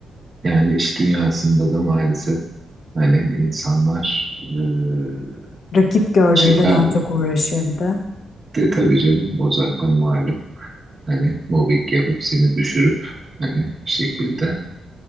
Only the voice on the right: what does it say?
Yani iş dünyasında da maalesef hani insanlar e,
çıkar
de tabii canım o zaten malum. Hani mobbing yapıp seni düşürüp hani bir şekilde